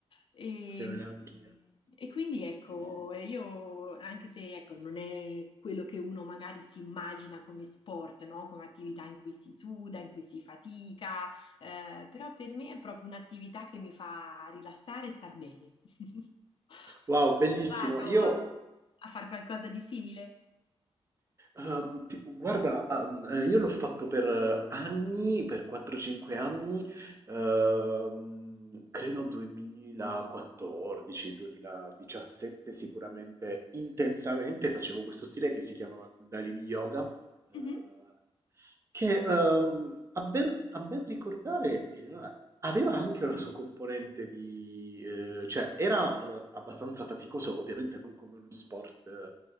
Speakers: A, on the left; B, on the right.
A: E,
B: Che meraviglia.
A: e quindi ecco,
B: Sì, sì.
A: io anche se ecco, non è quello che uno magari si immagina come sport, no? Come attività in cui si suda, in cui si fatica, eh, però per me è proprio un'attività che mi fa rilassare e star bene. <laughs>
B: Wow,
A: Tu
B: bellissimo.
A: vado
B: Io
A: a, a fare qualcosa di simile?
B: Ehm, ti- guarda, ehm, eh, io l'ho fatto per eh, anni, per 4-5 anni, ehm, credo 2014, 2017 sicuramente intensamente facevo questo stile che si chiamava Kundalini Yoga, eh,
A: Mhm.
B: che ehm, a ben, a ben ricordare era- aveva anche una sua componente di... eh, cioè era eh, abbastanza faticoso, ovviamente non come uno sport eh,